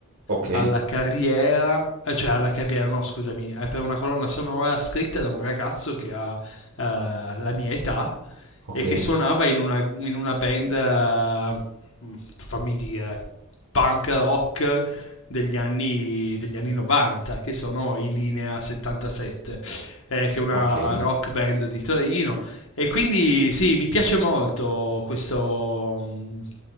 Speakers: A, on the right (about 70°); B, on the left (about 65°).
A: ok,
B: alla carriera, eh, cioè alla carriera, no, scusami, è per una colonna sonora scritta da un ragazzo che ha eh, la mia età,
A: ok,
B: e che suonava in una, in una band, eh, fammi dire, punk rock degli anni, degli anni 90, che sono i Linea 77, eh, che è una
A: ok,
B: rock band di Torino. E quindi sì, mi piace molto questo, Mh,